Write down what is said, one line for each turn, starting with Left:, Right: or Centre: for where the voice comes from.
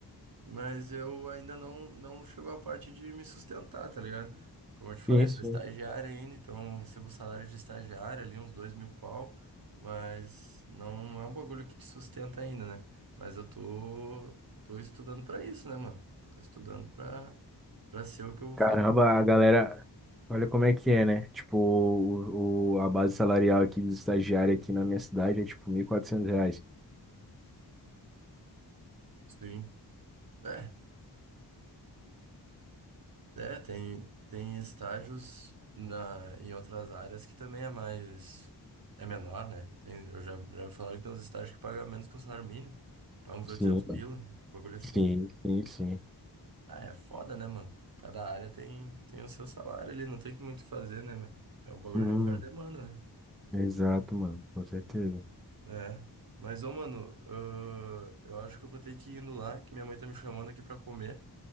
Right: Mas eu ainda não, não chegou a parte de me sustentar, tá ligado? Como eu te falei,
Centre: sim, sim.
Right: sou estagiário ainda, então eu recebo um salário de estagiário ali, uns dois mil pau, mas não é um bagulho que te sustenta ainda, né? Mas eu tô, tô estudando pra isso, né, mano? Tô estudando pra, pra ser o que eu vou
Centre: Caramba,
Right: fazer na vida.
Centre: a galera, olha como é que é, né? Tipo, o, o- a base salarial aqui dos estagiários aqui na minha cidade é tipo 1.400 reais.
Right: Sim. É. É, tem, tem estágios na, em outras áreas que também é mais. É menor, né? Tem, eu já, já me falaram que tem uns estágios que pagam menos que o salário mínimo. Paga uns
Centre: Sim,
Right: 800 pila, uns bagulho assim.
Centre: sim, sim, sim.
Right: Ah, é foda, né, mano? Cada área tem, tem o seu salário ali, não tem muito o que fazer, né, meu? É o bagulho
Centre: Hum,
Right: de oferta e demanda, né?
Centre: exato, mano, com certeza.
Right: É. Mas, ô, mano, ãh, eu acho que eu vou ter que ir indo lá, que minha mãe tá me chamando aqui pra comer.